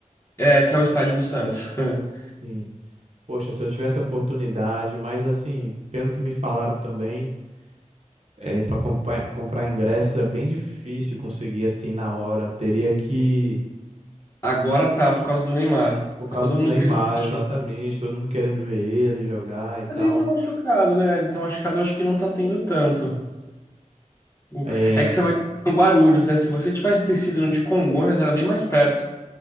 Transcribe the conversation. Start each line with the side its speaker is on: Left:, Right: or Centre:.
Left: é que é o estádio do Santos. <laughs>
Right: Sim. Poxa, se eu tivesse a oportunidade, mas assim, pelo que me falaram também, é, para comprar ingresso é bem difícil conseguir assim na hora. Teria que,
Left: Agora tá por causa do Neymar.
Right: por
Left: Tá
Right: causa
Left: todo
Right: do
Left: mundo
Right: Neymar,
Left: querendo assistir.
Right: exatamente, todo mundo querendo ver ele jogar e tal.
Left: Mas ele tá machucado, né? Ele tá machucado, eu acho que não tá tendo tanto. O-
Right: É,
Left: É que você vai no Guarulhos, né? Se você tivesse descido no de Congonhas, era bem mais perto.